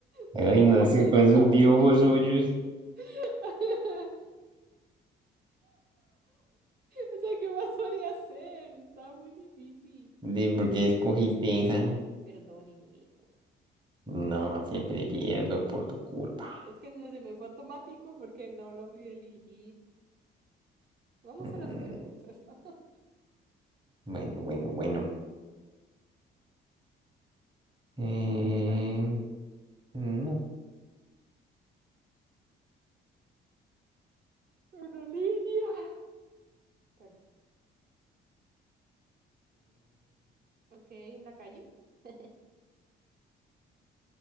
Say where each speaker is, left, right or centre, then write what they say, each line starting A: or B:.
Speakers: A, on the right; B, on the right.
A: ay,
B: No,
A: no sé,
B: <laughs> estaba
A: con esos dibujos
B: muy difícil.
A: suyos,
B: <laughs> O sea, ¿qué más podría hacer? Estaba muy difícil.
A: de por qué escogiste esa.
B: Perdónenme por
A: No,
B: mi vida.
A: siempre pierdo por tu culpa.
B: Es que no se me fue automático porque no lo pude elegir. Vamos
A: Mm,
B: a la cero. O sea, <laughs>
A: bueno, bueno, bueno. Em,
B: está difícil.
A: mm, ok.
B: Una línea. Perdón. Ok, una calle. <laughs>